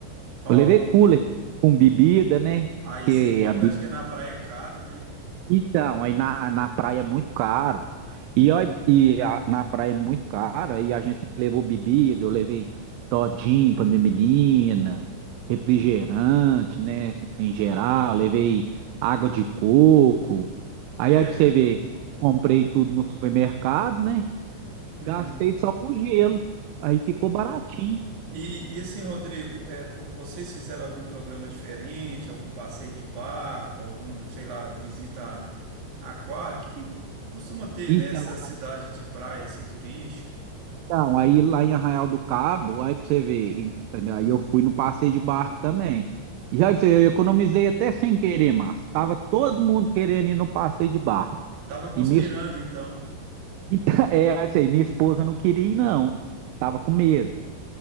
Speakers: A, on the right; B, on the right.
A: Ó,
B: Eu levei cooler com bebida, né?
A: aí
B: Porque
A: isso é importante,
B: a bebida.
A: porque na praia é caro, né?
B: Então, aí na, na praia é muito caro. E, aí- e a- na praia é muito caro. Aí a gente levou bebida, eu levei todinho pra minha menina, refrigerante, né? Assim, em geral, levei água de coco.
A: Certo.
B: Aí, aí pra você ver, comprei tudo no supermercado, né?
A: Uhum.
B: Gastei só com gelo. Aí ficou baratinho.
A: E, e assim, Rodrigo, é, vo- vocês fizeram algum programa diferente, algum passeio de barco, algum, sei lá, visita a aquário, que costuma ter
B: Então.
A: nessa cidade de praia assim turística?
B: Então, aí lá em Arraial do Cabo, aí pra você ver, e- né, aí eu fui no passeio de barco também. E aí pra você ver, eu economizei até sem querer, Márcio. Tava todo mundo querendo ir no passeio de barco.
A: Tava conspirando
B: E minha, es- <laughs>
A: então.
B: e tá- é, assim, aí pra você ver, minha esposa não queria ir, não. Tava com medo.